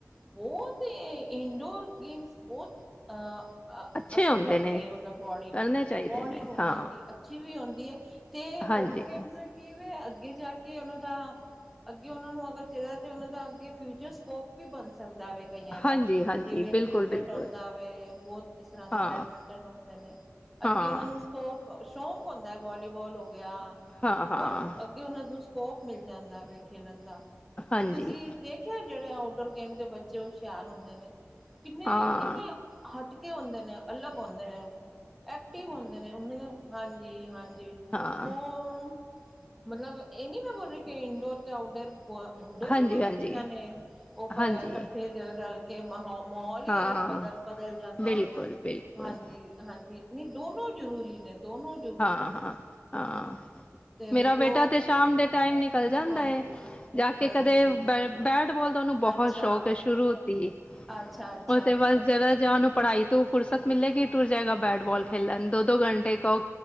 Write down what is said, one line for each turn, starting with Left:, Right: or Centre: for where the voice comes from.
Centre: ਬਹੁਤ ਏ ਇੰਡੋਰ ਗੇਮਸ ਬਹੁਤ ਅ
Left: ਅੱਛੇ
Centre: ਅਸਰ
Left: ਹੁੰਦੇ
Centre: ਕਰਦੀ
Left: ਨੇ
Centre: ਹੈ ਮਤਲਬ ਬੋਡੀ ਨੂੰ
Left: ਕਰਨੇ ਚਾਹੀਦੇ
Centre: ਬੋਡੀ
Left: ਨੇ
Centre: ਨੂੰ
Left: ਹਾਂ
Centre: ਹਾਂਜੀ ਅੱਛੀ ਵੀ ਆਉਂਦੀ ਹੈ ਤੇ ਆਊਟਡੋਰ
Left: ਹਾਂਜੀ
Centre: ਗੇਮਸ ਕੀ ਅੱਗੇ ਜਾ ਕੇ ਉਹਨਾਂ ਦਾ ਅੱਗੇ ਉਹਨਾਂ ਨੂੰ ਅਗਰ ਚਿਹੀਦਾ ਤੇ ਉਹਨਾਂ ਦਾ ਅੱਗੇ ਫਿਊਚਰ ਸਕੋਪ ਵੀ ਬਣ ਸਕਦਾ ਵ ਕਈਆਂ ਦਾ
Left: ਹਾਂਜੀ ਹਾਂਜੀ
Centre: ਜਿਵੇਂ
Left: ਬਿਲਕੁਲ
Centre: ਕ੍ਰਿਕਟ
Left: ਬਿਲਕੁਲ
Centre: ਹੁੰਦਾ ਵੇ ਬਹੁਤ ਇਸ ਤਰ੍ਹਾਂ ਦੇ
Left: ਹਾਂ
Centre: ਬੈਡਮਿੰਟਨ ਹੁੰਦੇ ਨੇ
Left: ਹਾਂ
Centre: ਅੱਗੇ ਉਹਨਾਂ ਨੂੰ ਸੋਕ ਅ ਸ਼ੌਕ ਹੁੰਦਾ, ਵਾ ਵਾਲੀਬਾਲ ਹੋ ਗਿਆ,
Left: ਹਾਂ ਹਾਂ
Centre: ਬਹੁਤ ਅ ਤੇ ਉਹਨਾਂ ਨੂੰ ਸਕੋਪ ਮਿਲ ਜਾਂਦਾ ਵੇ ਖੇਲਣ ਦਾ,
Left: ਹਾਂਜੀ
Centre: ਤੇ ਤੁਸੀਂ ਦੇਖਿਆ ਜਿਹੜੇ ਆਊਟਡੋਰ ਗੇਮ ਦੇ ਬੱਚੇ ਹੁਸ਼ਿਆਰ ਹੁੰਦੇ ਨੇ। ਕਿੰਨੇ
Left: ਹਾਂ
Centre: ਕਿੰਨੇ ਹਟਕੇ ਹੁੰਦੇ ਨੇ, ਅਲੱਗ ਹੁੰਦੇ ਨੇ, ਐਕਟਿਵ ਹੁੰਦੇ ਨੇ ਉਹਨਾ ਦਾ ਹਾਂਜੀ ਹਾਂਜੀ
Left: ਹਾਂ
Centre: ਉਹ ਮਤਲਬ ਇਹ ਨੀ ਮੈਂ ਬੋਲ ਰਹੀ ਕਿ ਇਨਡੋਰ ਤੇ ਆਊਟਡੋਰ ਹੋਆ ਇੰਡੋਰ
Left: ਹਾਂਜੀ
Centre: ਵੀ ਬਹੁਤ
Left: ਹਾਂਜੀ
Centre: ਅੱਛੀਆਂ ਨੇ ਉਹ ਪ
Left: ਹਾਂਜੀ
Centre: ਇਕੱਠੇ ਰਲ ਕੇ ਮਾਹ ਮਹੌਲ ਹੀ
Left: ਹਾਂ
Centre: ਅਲੱਗ ਬਦ ਬਦਲ ਜਾਂਦਾ
Left: ਬਿਲਕੁਲ
Centre: ਵੇ
Left: ਬਿਲਕੁਲ
Centre: ਹਾਂਜੀ। ਹਾਂਜੀ ਨਈ ਦੋਨੋ ਜ਼ਰੂਰੀ ਨੇ ਦੋ ਨੋ
Left: ਹਾਂ ਹਾਂ, ਹਾਂ।
Centre: ਤੇ
Left: ਮੇਰਾ ਬੇਟਾ
Centre: ਜੋ
Left: ਤੇ ਸ਼ਾਮ ਦੇ ਟਾਈਮ ਨਿਕਲ ਜਾਂਦਾ
Centre: ਹਾਂਜੀ
Left: ਏ ਜਾ ਕੇ
Centre: ਹਾਂਜੀ
Left: ਕਦੇ ਬ ਬੈਟਬਾਲ ਦਾ ਉਹਨੂੰ ਬਹੁਤ
Centre: ਅੱਛਾ
Left: ਸ਼ੌਕ ਏ ਸ਼ੁਰੂ ਤੀ,
Centre: ਅੱਛਾ ਅੱਛਾ
Left: ਉਹ ਤੇ
Centre: ਅੱਛਾ
Left: ਬਸ
Centre: ਅੱਛਾ
Left: ਜਰਾ ਜਾ ਉਹਨੂੰ ਪੜ੍ਹਾਈ ਤੋਂ ਫੁਰਸਤ ਮਿਲੇੇਗੀ ਟੁਰ ਜਾਏਗਾ ਬੈਟ ਬਾਲ ਖੇਲਣ ਦੋ ਦੋ ਘੰਟੇ ਕੋ